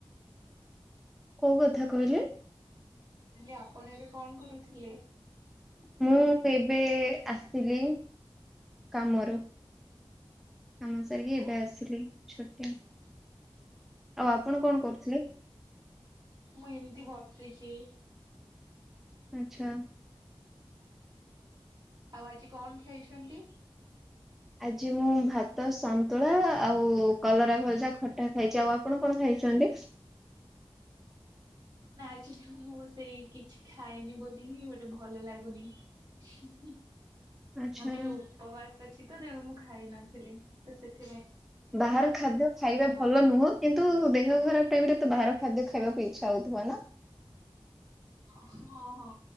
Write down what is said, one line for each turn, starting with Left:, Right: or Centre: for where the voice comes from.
Centre: କୋଉ କଥା କହିଲେ?
Right: ହେଲେ ଆପଣ୍ ଏବେ କଣ୍ କରୁଥିଲେ?
Centre: ମୁଁ ଏବେ ଆସିଲି। କାମରୁ କାମ ସାରିକି
Right: ଓ
Centre: ଏବେ ଆସଲି ଛୋଟେ ଆଉ ଆପଣ କଣ କରୁଥିଲେ?
Right: ମୁଁ ଏମିତି ବସିଚି।
Centre: ଆଛା।
Right: ଆଉ ଆଜି କଣ୍ ଖାଇଛନ୍ତି?
Centre: ଆଜି ମୁଁ ଭାତ, ସନ୍ତୁଳା ଆଉ କଲରା ଭଜା, ଖଟା ଖାଇଛି, ଆଉ ଆପଣ କଣ ଖାଇ? ଚନ୍ଡୀ। <unintelligible>
Right: ନା, ଚିନୁ -ମୁଁ ସେଇ କିଛି ଖାଇନି ବୋଲିିହିଁ ଗୋଟେ ଭଲ ଲାଗୁନି। ମୁଁ
Centre: ଆଚ୍ଛା।
Right: ଯଉ ଉପବାସ୍ ଅଛି ତ ମୁଁ ଖାଇ ନଥିଲି ତ ସେଥି
Centre: ବାହାର ଖାଦ୍ୟ ଖାଇବା
Right: ମାନ୍ଦା
Centre: ଭଲ ନୁହଁ କିନ୍ତୁ ଦେହ ଖରାପ୍ ଏଗୁଡାତ ବାହାର ଖାଦ୍ୟ ଖାଇବାକୁ ଇଚ୍ଛା ହଉଥିବ ନା?
Right: ହଁ-ହଁ